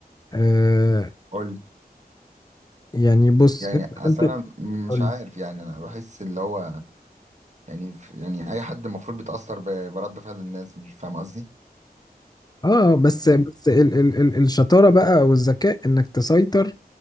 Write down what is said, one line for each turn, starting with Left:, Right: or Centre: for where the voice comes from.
Left: آه
Right: قول
Left: يعني بص
Right: يعني
Left: انت
Right: اصل
Left: انت
Right: انا مش
Left: قول
Right: عارف
Left: لي.
Right: يعني انا بحس اللي هو يعني ف- يعني اي حد المفروض بيتاثر ب- برد فعل الناس مش فاهم قصدي
Left: اه بس
Right: يعني
Left: بس ال ال ال الشطارة بقى او الذكاء انك تسيطر